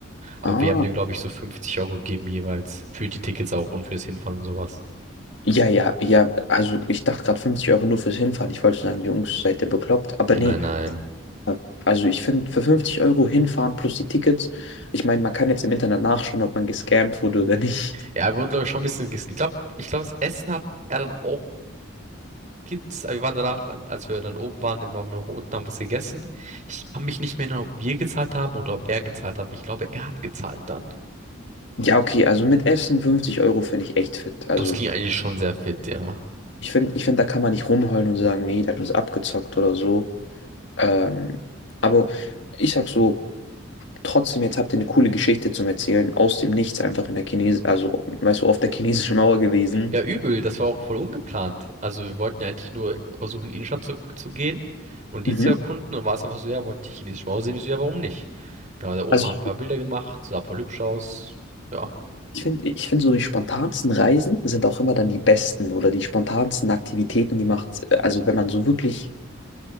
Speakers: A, on the right (about 35°); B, on the left (about 60°).
A: Aber
B: Ah,
A: wir haben dem, glaube ich, so 50 Euro gegeben jeweils. Für die Tickets auch und fürs Hinfahren und sowas.
B: Ja, ja, ja, also ich dachte gerade 50 Euro nur fürs Hinfahren. Ich wollte sagen, Jungs, seid ihr bekloppt? Aber
A: Nein,
B: nee,
A: nein.
B: äh, also ich finde, für 50 Euro hinfahren plus die Tickets, ich meine, man kann jetzt im Internet nachschauen, ob man gescammt wurde oder nicht.
A: Ja,
B: <laughs>
A: wir wurden, glaube ich, schon ein bisschen. ges- Ich glaube, ich glaube, das Essen hat er dann auch gibt's, wir waren danach, als wir dann oben waren, waren wir noch unten, haben was gegessen. Ich kann mich nicht mehr erinnern, ob wir gezahlt haben oder ob er gezahlt hat. Ich glaube, er hat gezahlt dann.
B: Ja, okay, also mit Essen 50 Euro finde ich echt fit. Also
A: Das ging eigentlich schon sehr fit, ja.
B: ich finde, ich find, da kann man nicht rumheulen und sagen, nee, der hat uns abgezockt oder so. Ähm, aber ich sag so, trotzdem, jetzt habt ihr eine coole Geschichte zum Erzählen, aus dem Nichts einfach in der Chines, also weißt du, auf der chinesischen Mauer gewesen.
A: Ja, übel, das war auch voll ungeplant. Also wir wollten ja eigentlich nur versuchen, in die Innenstadt zu, zu gehen und die
B: Mhm.
A: zu erkunden. Und war es einfach so, ja, wollte ich chinesische Mauer sehen, Ich so, ja, warum nicht? Da war da oben,
B: Also
A: haben ein paar Bilder gemacht, sah voll hübsch aus. Ja,
B: Ich finde, ich finde so die spontansten Reisen sind auch immer dann die besten oder die spontansten Aktivitäten, die macht, also wenn man so wirklich